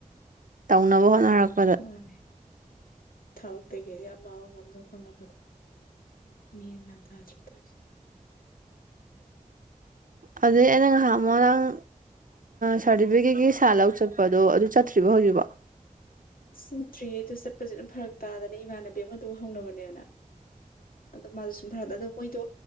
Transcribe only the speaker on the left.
ꯃꯥꯅꯦ ꯊꯕꯛꯇꯩ ꯀꯩꯗꯩ ꯑꯃ ꯑꯃ ꯉꯝꯅꯕ ꯊꯧꯅꯕꯗꯣ ꯃꯤ ꯏꯟꯃꯥꯟ ꯇꯥꯗ꯭ꯔꯦ ꯇꯧꯏꯁꯦ
ꯆꯠꯇ꯭ꯔꯤꯌꯦ ꯑꯗꯣ ꯆꯠꯄꯁꯦ ꯑꯗꯨꯝ ꯐꯔꯛ ꯇꯥꯗꯅ ꯏꯃꯥꯟꯅꯕꯤ ꯑꯃꯗꯨ ꯍꯧꯅꯕꯅꯦ ꯑꯗꯣ ꯃꯥꯗꯣ ꯁꯨꯝ ꯐꯔꯛ ꯑꯗꯣ ꯃꯣꯏꯗꯣ